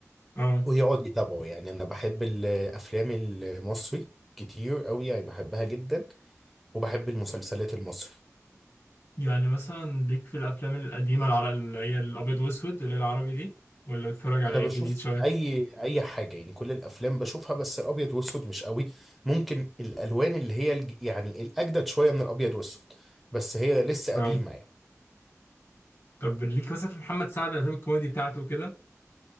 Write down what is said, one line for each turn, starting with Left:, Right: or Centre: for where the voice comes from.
Left: اه
Centre: ويقعد يتابعه يعني انا بحب الافلام المصري كتير قوي يعني بحبها جدا وبحب المسلسلات المصري
Left: يعني مثلا ليك في الافلام القديمه العر- اللي هي الابيض واسود اللي هي العربي دي ولا بتتفرج على
Centre: انا بشوف
Left: الجديد شويه
Centre: اي اي حاجه يعني كل الافلام بشوفها بس الابيض واسود مش قوي ممكن الالوان اللي هي الج- يعني الاجدد شويه من الابيض واسود بس هي لسه
Left: اه
Centre: قديمه يعني
Left: طب ليك مثلا في محمد سعد الافلام الكوميدي بتاعته كده